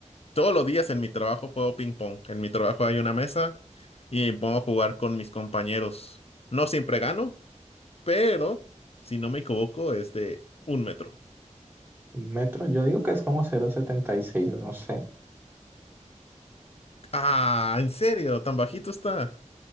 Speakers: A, on the left (about 50°); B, on the right (about 15°).
A: todos los días en mi trabajo juego ping pong. En mi trabajo hay una mesa y me pongo a jugar con mis compañeros. No siempre gano, pero si no me equivoco es de un metro.
B: ¿Un metro? Yo digo que es como cero punto setenta y seis, no sé.
A: Ah, ¿en serio? ¿Tan bajito está?